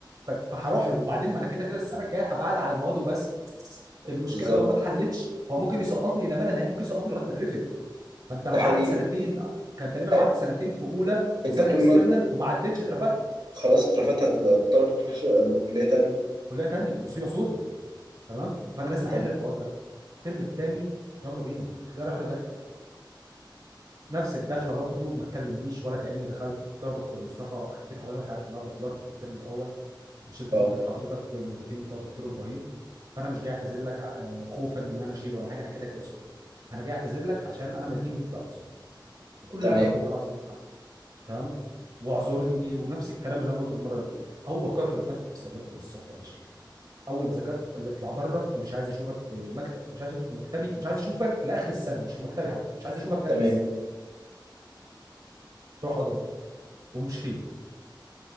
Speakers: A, on the right (about 55°); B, on the right (about 75°).
A: ف- فهروح له وبعدين ما انا كده كده السنه الجايه هبقى قاعد على مواد وبس المشكله
B: بالظبط
A: لو ما اتحلتش هو ممكن يسقطني لما لا ملا نهائي ممكن يسقطني لغايه ما اترفد ما انت لو
B: ده حقيقي
A: قعدت سنتين كان تقريبا لو
B: آه،
A: قعدت سنتين في اولى وسنه
B: انت طول
A: اكسترنال
B: ما
A: وما عدتش اترفدت
B: خلاص اترفدت هتضطر تروح ش- كلية تانية
A: كليه تانيه مصيبه سودا تمام فانا لازم احل
B: تمام
A: الحوار ده الترم التاني يلا بينا جرح له جرح نفس الدخله برضو ما تكلمنيش ولا كاني دخلت بتوع دكتور مصطفى حكيت لحضرتك عارف ان انا دبلرت الترم الاول وشلت
B: اه
A: ماده حضرتك والمادتين بتوع دكتور ابراهيم فانا مش جاي اعتذر لك آه، خوفا ان انا اشيل ولا حاجه انا كده كده صار انا جاي اعتذر لك عشان انا مدين ليك باعتذار بكل
B: تمام
A: ادب والله العظيم يا محمد تمام واعذرني ونفس الكلام اللي انا قلته المره الاولى هو كرر نفس الرد بالظبط يا باشا اول ما ذاكرت قال لي اطلع بره ومش عايز اشوفك في المكتب مش عايز اشوفك في مكتبي مش عايز اشوفك لاخر السنه مش في مكتبي حتى مش عايز اشوفك لاخر
B: تمام
A: السنه قلت له حاضر يا دكتور ومشيت